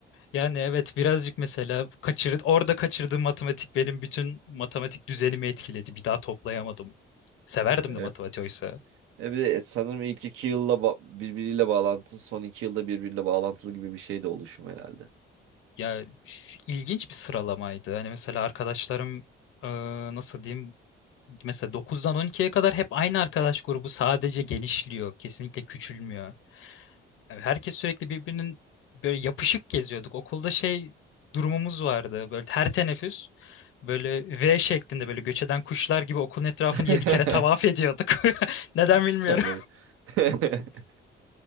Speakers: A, on the left (about 75°); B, on the right (about 85°).
A: Yani evet birazcık mesela kaçır, orada kaçırdığım matematik benim bütün matematik düzenimi etkiledi. Bir daha toplayamadım. Severdim
B: Evet.
A: de matematiği oysa.
B: E bir de sanırım ilk iki yılla ba- birbiriyle bağlantılı, son iki yılda birbiriyle bağlantılı gibi bir şey de oluşum herhalde.
A: Ya üf, ilginç bir sıralamaydı. Hani mesela arkadaşlarım e, nasıl diyeyim Mesela dokuzdan on ikiye kadar hep aynı arkadaş grubu sadece genişliyor. Kesinlikle küçülmüyor. Yani Herkes sürekli birbirinin böyle yapışık geziyorduk. Okulda şey durumumuz vardı. Böyle her teneffüs böyle V şeklinde böyle göç eden kuşlar gibi okulun etrafını
B: <laughs>
A: 7 kere tavaf ediyorduk. <laughs> Neden bilmiyorum.
B: Sanırım. <laughs>